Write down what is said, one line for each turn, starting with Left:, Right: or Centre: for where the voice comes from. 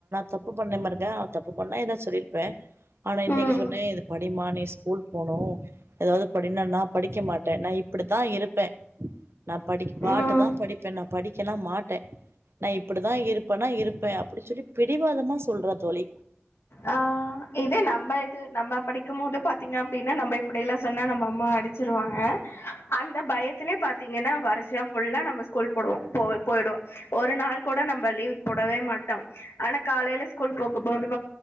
Right: தப்பு பண்ண மாருங்க தப்பு பண்ணா ஏதா சொல்லியிருப்பே ஆனா
Left: ம்
Right: இன்னைக்கி சொன்னே இது படிம்மா நீ ஸ்கூல் போணு ஏதாவது படினா நா படிக்க மாட்டே நா இப்பிடித்தா இருப்பே நா படிக் பாட்டுதா
Left: ம்
Right: படிப்பே நா படிக்கலா மாட்டே நா இப்படிதா இருப்பேன்னா இருப்பே அப்டி சொல்லி பிடிவாதமா சொல்றா தோழி
Left: ஆ இதே நம இது நம்ம படிக்கும் போது பாத்தீங்க அப்டின்னா நம்ம இப்படிெல்லாம் சொன்னா நம்ம அம்மா அடிச்சிருவாங்க அந்த பயத்திலே பாத்தீங்கன்னா வருஷம் புல்லா நம்ம ஸ்கூல் போடுவோம் போ போயிடோம் ஒரு நாள் கூட நம்ம லீவ் போடவே மாட்டோம் ஆனா காலையில ஸ்கூல் போகும் போது